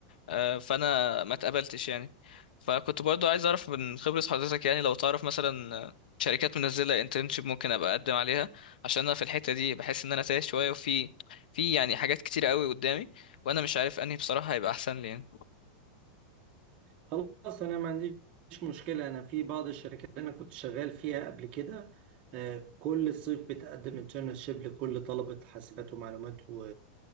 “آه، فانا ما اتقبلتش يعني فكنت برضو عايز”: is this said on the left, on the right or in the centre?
Left